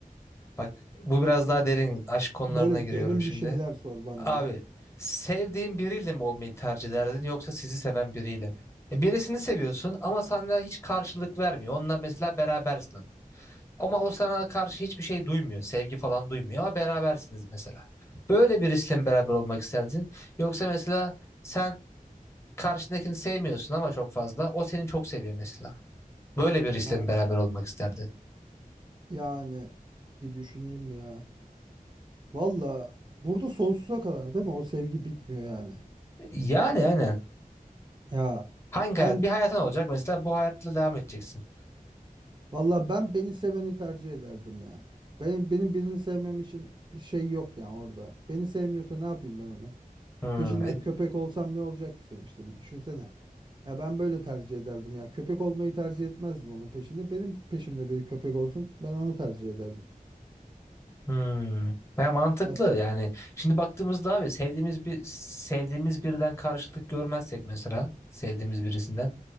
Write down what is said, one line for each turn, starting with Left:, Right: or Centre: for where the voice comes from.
Left: Bak bu biraz daha derin aşk
Right: <laughs>
Left: konularına
Right: Böyle
Left: giriyorum
Right: derin
Left: şimdi.
Right: bir şeyler sor bana
Left: Abi
Right: ya.
Left: sevdiğin biriyle mi olmayı tercih ederdin yoksa sizi seven biriyle mi? E, birisini seviyorsun ama sana hiç karşılık vermiyor. Onunla mesela berabersin ama. Ama o sana karşı hiçbir şey duymuyor. Sevgi falan duymuyor ama berabersiniz mesela. Böyle birisiyle mi beraber olmak isterdin? Yoksa mesela sen karşındakini sevmiyorsun ama çok fazla. O seni çok seviyor mesela. Böyle birisiyle
Right: Ha,
Left: mi beraber olmak isterdin?
Right: yani bir düşüneyim ya. Valla burada sonsuza kadar değil mi? O sevgi bitmiyor yani.
Left: Yani aynen.
Right: Ya
Left: Hangi
Right: ben
Left: hayat? Bir hayatın olacak mesela bu hayatla devam edeceksin.
Right: Valla ben beni seveni tercih ederdim ya. Benim benim birini sevmem için bir şey yok ya orada. Beni sevmiyorsa ne yapayım ben onu?
Left: Hmm.
Right: Peşinden
Left: e-
Right: köpek olsam ne olacak ki sonuçta bir düşünsene. Ya ben böyle tercih ederdim ya. Köpek olmayı tercih etmezdim onun peşinde. Benim peşimde biri köpek olsun ben onu tercih ederdim.
Left: hmm. Ya mantıklı
Right: Ya, s-
Left: yani. Şimdi baktığımızda abi sevdiğimiz bir sevdiğimiz birden karşılık görmezsek mesela sevdiğimiz birisinden